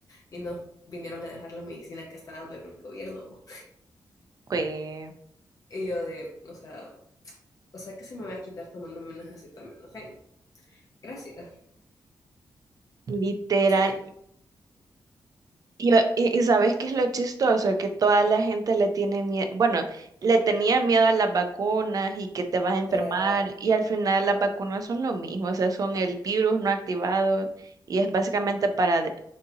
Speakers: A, on the left (about 45°); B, on the right (about 50°).
A: Y nos vinieron a dejar la medicina que está dando el gobierno. bo.
B: Fue
A: Y yo de, o sea, o sea que se me va a quitar tomándome unas acetaminofén. Gracias.
B: literal
A: ¿Qué?
B: Y, y, y ¿sabes qué es lo chistoso? Que toda la gente le tiene miedo, bueno, le tenía miedo a las vacunas y que te vas a enfermar
A: Eh.
B: y al final las vacunas son lo mismo, o sea, son el virus no activado y es básicamente para de-